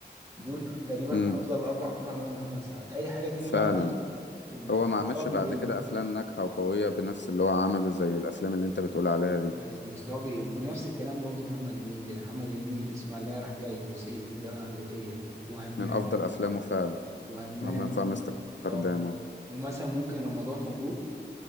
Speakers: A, on the right (about 15°); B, on the left (about 85°).
A: دول تقريبا
B: امم
A: افضل اربع افلام عملهم محمد سعد اي حاجه تيجي
B: فعلا
A: بعديه المستوى
B: هو ما عملش
A: بيقل
B: بعد كده افلام ناجحه وقويه بنفس اللي هو عمله زي الافلام اللي انت بتقول عليها دي
A: ايوه المستوى بيقل ونفس الكلام برضو محمد هنيدي يعني محمد هنيدي اسماعيليه رايح جاي وصعيدي في الجامعه الامريكيه وهمام
B: من افضل افلامه فعلا
A: وهمام
B: همام في
A: و...
B: امستردام
A: اه
B: اهو
A: ومثلا ممكن رمضان مبروك